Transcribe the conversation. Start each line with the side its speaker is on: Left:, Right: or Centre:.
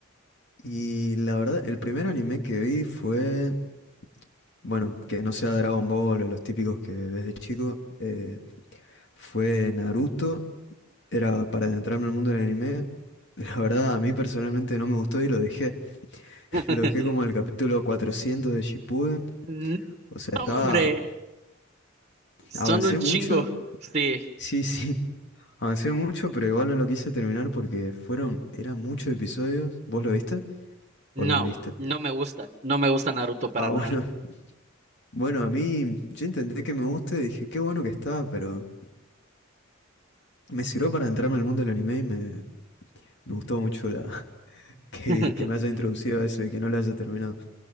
Left: Y la verdad, el primer anime que vi fue, bueno, que no sea Dragon Ball o los típicos que ves de chico, eh, fue Naruto. Era para adentrarme al mundo del anime. <laughs> La verdad, a mí personalmente no me gustó y lo dejé. <laughs>
Right: <laughs>
Left: Lo dejé como en el capítulo 400 de Shippuden.
Right: No,
Left: O sea,
Right: hombre,
Left: estaba,
Right: son
Left: avancé
Right: un chingo.
Left: mucho
Right: Sí.
Left: Sí, sí. Avancé mucho, pero igual no lo quise terminar porque fueron, eran muchos episodios. ¿Vos lo viste?
Right: No,
Left: ¿O lo leíste?
Right: no me gusta. No me gusta Naruto para
Left: Ah,
Right: nada.
Left: bueno. <laughs> Bueno, a mí, yo intenté que me guste, dije, qué bueno que está, pero me sirvió para entrarme al mundo del anime y me, me gustó mucho la, <laughs> que,
Right: <laughs>
Left: que me haya introducido a eso y que no lo haya terminado.